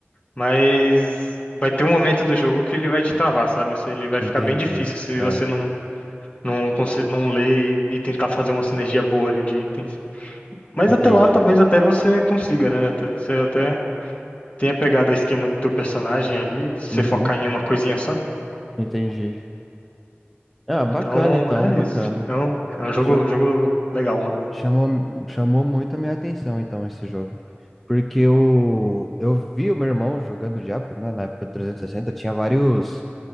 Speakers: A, on the left; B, in the centre.
A: Mas vai ter um momento no jogo que ele vai te travar, sabe? Se Ele vai
B: Entendi.
A: ficar bem difícil se
B: É,
A: você não Não, consi- não ler e, e tentar fazer uma sinergia boa ali de itens. Mas
B: entendi.
A: até lá, talvez até você consiga, né? Até- Você até tenha pegado o esquema do teu personagem ali, se
B: Uhum,
A: você focar em uma coisinha só.
B: entendi. Ah,
A: Então,
B: bacana então,
A: é
B: bacana.
A: isso. Então, é um jogo,
B: Cham-
A: jogo legal, mano.
B: chamou, chamou muito a minha atenção então esse jogo. Porque eu, eu vi o meu irmão jogando Diablo, né, na época do 360, tinha vários,